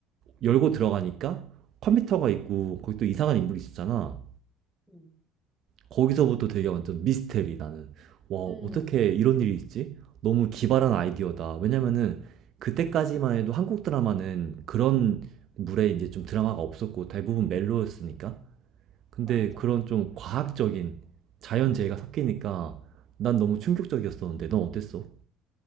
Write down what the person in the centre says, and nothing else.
음,
음,
음.
맞아.